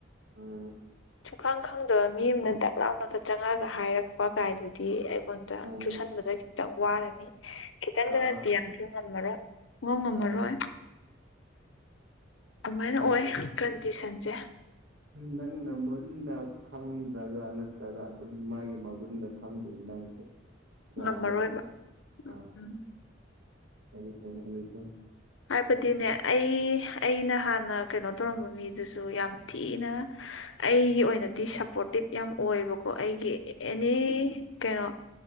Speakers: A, on the right; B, on the left.
A: ꯎꯝ
B: ꯁꯨꯡꯈꯪ ꯈꯪꯗꯕ ꯃꯤ ꯑꯃꯅ ꯗꯛ ꯂꯥꯎꯅꯒ ꯆꯪꯉꯛꯒ ꯍꯥꯏꯔꯛꯄ ꯀꯥꯏꯗꯨꯗꯤ ꯣꯟꯗ
A: ꯎꯝ
B: ꯆꯨꯁꯟꯕꯗ ꯈꯤꯇꯪ ꯋꯥꯔꯅꯤ ꯈꯤꯇꯪꯗꯅꯄꯤꯤꯌꯥꯁꯨ
A: ꯑꯥ
B: ꯉꯝꯃꯔꯣꯏ ꯉ ꯉꯝꯃꯔꯣꯏ
A: ꯑꯥ
B: ꯑꯗꯨꯃꯥꯏꯅ
A: ꯅꯪꯅ
B: ꯑꯣꯏ ꯀꯟꯗꯤꯁꯟ ꯖꯦ
A: ꯅꯪꯅ ꯃꯨꯟꯅ ꯈꯪꯗ꯭ꯔꯒ ꯅꯠꯇ꯭ꯔꯒ ꯑꯗꯨꯝ ꯃꯥꯒꯤ ꯃꯒꯨꯟꯗ ꯈꯪꯗꯣꯏꯅ ꯌꯥꯔꯣꯏ
B: ꯉꯝꯃꯔꯣꯏꯕ ꯎꯝ
A: ꯑ ꯆ ꯊꯔ ꯑꯗꯨꯔꯦꯁꯨ
B: ꯍꯥꯏꯕꯗꯤꯅꯦ ꯑꯩ ꯑꯩꯅ ꯍꯥꯟꯅ ꯀꯩꯅꯣ ꯇꯧꯔꯝꯕ ꯃꯤꯗꯨꯁꯨ ꯌꯥꯝ ꯊꯤꯅ ꯑꯩꯒꯤ ꯑꯣꯏꯅꯗꯤ ꯁꯞꯄꯣꯔꯇꯤꯞ ꯌꯥꯝ ꯑꯣꯏꯕꯀꯣ ꯑꯩꯒꯤ ꯑꯦꯅꯤ ꯀꯩꯅꯣ